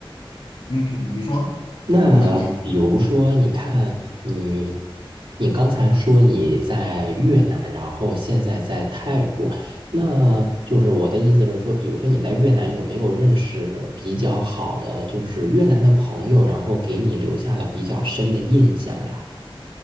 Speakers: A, on the left; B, on the right.
A: 嗯，你说有什么问题？
B: 那比如说，你看你，你刚才说你在越南，然后现在在泰国，那就是我的意思是说，比如说你在越南有没有认识比较好的，就是越南的朋友，然后给你留下了比较深的印象呀？